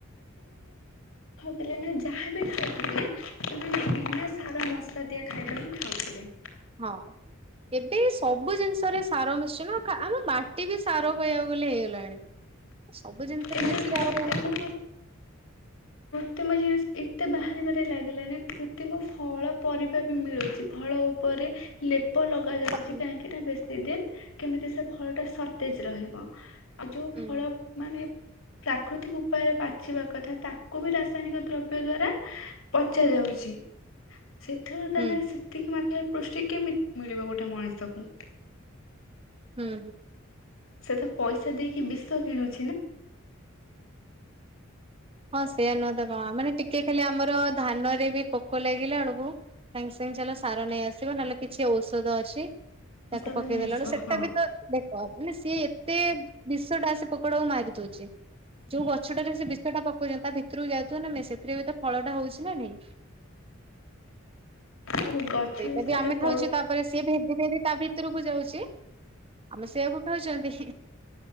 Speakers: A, on the left; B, on the right.
A: ହେଲେ ନା ଯାହାବି ଖାଉଥିଲେ ସେମାନେ ବିନା ସାର ମସଲା ଦିଆ ଖାଇବା ହିଁ ଖାଉଥିଲେ।
B: ହଁ ଏବେ ସବୁ ଜିନିଷରେ ସାର ମିଶଛି ନା ଆମ ମାଟି ବି ସାର କହିବାକୁ ଗଲେ ହେଇଗଲାଣି ସବୁ ଜିନିଷରେ
A: ଏବେ
B: ମିଶିକି
A: କୃତ୍ରିମ
B: ଆଉ
A: ସଵୁ ଜିନିଷ ଏତେ ବାହାରିବାରେ ଲାଗିଲାନି କୃତିମ ଫଳ ପରିବା ବି ମିଳୁଛି ଫଳ ଉପରେ ଲେ ରୂପ ଲଗା ଯାଉଛି
B: କଣ
A: କାହିଁକି ନା ବେଶୀ ଦିନ କେମିତି ସେ ଫଳ ଟା ସର୍ଟେଜ ରହିବ। ଆଉ ଯୋଉ
B: ହୁଁ
A: ଫଳ ମାନେ ପ୍ରାକୃତିକ ଉପାୟରେ ପାଚିବା କଥା ତାକୁ ବି ରାସାୟନିକ ଦ୍ରବ୍ୟ ଦ୍ଵାରା ପଚା ଯାଉଛି। ସେଥିରୁ
B: ହୁଁ
A: ତାହେଲେ ସେତିକି ମାପ ପୃଷ୍ଟି କେମିତି ମିଳିବ ଗୋଟେ ମଣିଷକୁ
B: ହୁଁ ହୁଁ
A: ସେ ତ ପଇସା ଦେଇକି ବିଶ୍ୱ କିଣୁ
B: ହଁ ସେଇଆ ନୁହେଁ ତ କଣ ମାନେ ଟିକେ ଖାଲି ଆମର ଧାନରେ ବି ପୋକ ଲାଗିଲା ବେଳକୁ ସାଙ୍ଗେ ସାଙ୍ଗେ ଚାଲ ସାର ନେଇ ଆସିବ ନହେଲେ କିଛି ଔଷଧ ଅଛି
A: ମସଲା
B: ତାକୁ ପକେଇଦେଲା
A: ନେଇ ଆସିବ
B: ସେଟା
A: ହଁ।
B: ବି ତ ଦେ ଅଭ ମାନେ ସିଏ ଏତେ ବିଷ ଟା ଆସି ପକୋଡାକୁ ମାରି ଛି ଯୋଉ ଗଛଟାରେ ସେ ବିଷ ଟା ପକଉଛନ୍ତି ତା ଭିତରକୁ ଯାଉଥିବ ନା ନାଇଁ ସେଥିରେ ବି ତ ଫଳ ଟା ହଉଛି ନା ନାଇଁ
A: ଯୋଉ ଗଛରେ
B: ସେଇଟା
A: ସେଟା
B: ବି ଆମେ
A: ପଳୁ
B: ଖାଉଛେ ତାପରେ ସିଏ ଭ ଦିରେ ଦିି ତା ଭିତରକୁ ଯାଉଛି ଆମେ ସେଆକୁ ଖାଉଛନ୍ତି